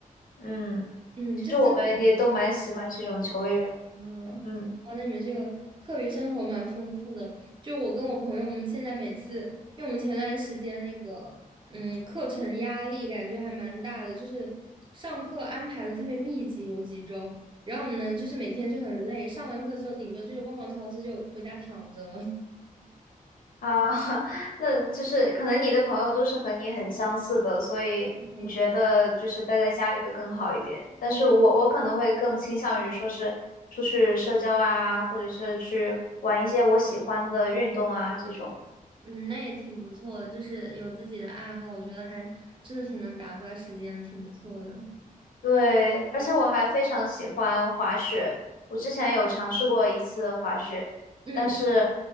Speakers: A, on the left; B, on the right.
A: 嗯，
B: 嗯这真。
A: 其实我们也都蛮喜欢这种球类运动。
B: 嗯，
A: 嗯。
B: 哇，那你们这个课余生活蛮丰富的。就我跟我朋友，我们现在每次，因为我们前段时间那个，嗯，课程压力感觉还蛮大的，就是上课安排的特别密集，有几周，然后我们呢，就是每天就很累，上完课之后，顶多就是逛逛超市，就回家躺着了。<laughs>
A: 啊，<laughs> 那就是可能你的朋友都是和你很相似的，所以你觉得就是待在家里会更好一点。
B: 哎，对
A: 但是我我可能会更倾向于说是出去社交啊，
B: 对，
A: 或者是去玩一些我喜欢的运动啊这种。
B: 嗯，那也挺不错的，就是有自己的爱好，我觉得还真的挺能打发时间的，挺不错的。
A: 对，而且我还非常喜欢滑雪。我之前有尝试过一次滑雪，
B: 嗯
A: 但是